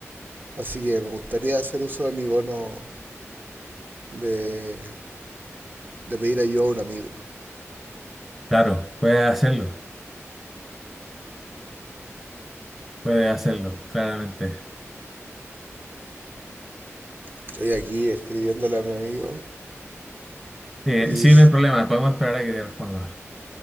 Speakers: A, on the right (about 40°); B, in the centre.
A: Así que me gustaría hacer uso de mi bono de, de pedir ayuda a un amigo.
B: Claro, puede hacerlo, puede hacerlo, claramente.
A: Estoy aquí escribiéndole a mi amigo
B: Eh,
A: y,
B: sí, no hay problema, podemos esperar a que te responda.